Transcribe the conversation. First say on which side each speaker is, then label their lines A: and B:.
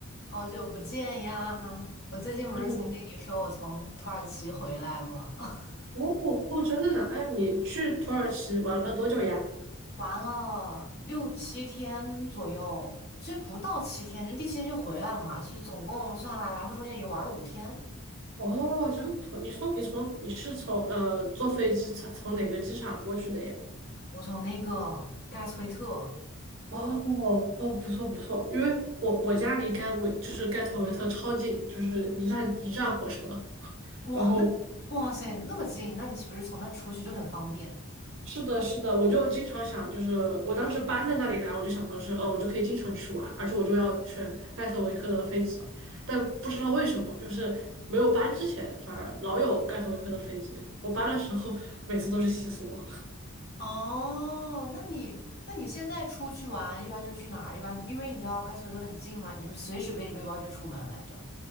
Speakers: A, on the left (about 45°); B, on the right (about 60°).
A: 好久不见呀！我最近不是才跟你说我从土耳其回来吗？
B: 嗯，
A: <laughs>
B: 哦，哦，真的呢？哎，你去土耳其玩了多久呀？
A: 玩了六七天左右，其实不到七天，就第七天就回来了嘛。其实总共算下来，来回中间也就玩了五天。
B: 哦，真不错。你说你从你是从呃坐飞机从从哪个机场过去的呀？
A: 我从那个盖茨威特，
B: 哦哦，不错不错，因为我我家离盖维就是盖特维特超近，就是一站一站火车，
A: 哇，
B: 然后
A: 那哇塞，那么近，那你岂不是从那出去就很方便？
B: 是的，是的，我就经常想，就是我当时搬在那里来，我就想的是，呃，我就可以经常去玩，而且我就要选盖特维克的飞机，但不知道为什么，就是没有搬之前，反而老有盖特维克的飞机，我搬的时候每次都是西索。
A: 哦，那你那你现在出去玩，一般就去哪儿？一般因为你知道盖茨威特很近嘛，你就是随时背着背包就出门来着。